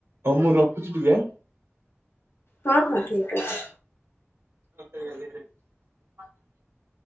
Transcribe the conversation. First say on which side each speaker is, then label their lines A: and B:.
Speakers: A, on the right; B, on the left.
A: ହଉ ମୁଁ ରଖୁଚି ଟିକେ ଆଁ
B: ହଁ ହଁ ଠିକ୍ ଅଛି।
A: <unintelligible>